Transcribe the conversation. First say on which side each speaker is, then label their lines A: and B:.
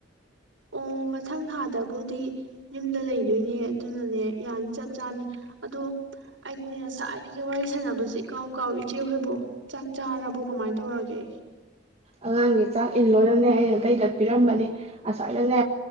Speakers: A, on the right; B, on the right.
A: ꯑꯣ ꯃꯊꯪ ꯊꯥꯗꯕꯨꯗꯤ ꯌꯨꯝꯗ ꯂꯩꯗꯣꯏꯅꯦ ꯑꯗꯨꯅꯅꯦ ꯌꯥꯅꯤ ꯆꯞ ꯆꯥꯅꯤ ꯑꯗꯣ ꯑꯩꯅꯦ ꯉꯁꯥꯏꯗꯒꯤ ꯋꯥꯔꯤ ꯁꯥꯟꯅꯕꯁꯦ ꯀꯥꯎ ꯀꯥꯎ ꯏꯆꯦ ꯍꯣꯏꯕꯣ ꯆꯥꯛ ꯆꯥꯔꯕꯣ ꯀꯃꯥꯏꯅ ꯇꯧꯔꯒꯦ
B: ꯑꯉꯥꯡꯒꯤ ꯆꯥꯛ ꯏꯜꯂꯣꯅꯅꯦ ꯑꯩꯅ ꯑꯇꯩꯗꯄꯤꯔꯝꯕꯅꯦ ꯑꯁꯥꯏꯗꯅꯦ